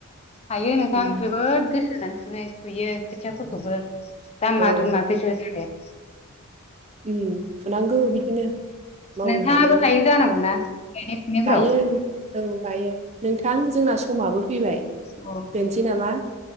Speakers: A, on the left; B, on the right.
A: हायो नोंथां
B: उम
A: जोबोद गोसो होनानै फुनो फुयो खोथियाफोरखौबो दामा
B: ओ
A: दुमा
B: औ
A: गोसो होथारो।
B: ओम फुनांगौ बिदिनो। मावनो
A: नोंथाङाबो
B: हानायाव
A: हायो जानांगौना? गायनाय फुनायफ्राव?
B: गायो औ गायो नोंथां जोंना समाबो फैबाय।
A: अ'
B: दोनसै नामा?